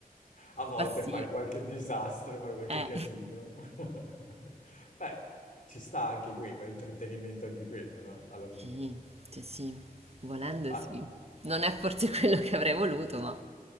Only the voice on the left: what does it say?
A volte
fai qualche disastro, fai qualche
casino. <laughs> Beh, ci sta anche quello, è intrattenimento anche quello, no? Alla fine.
Ma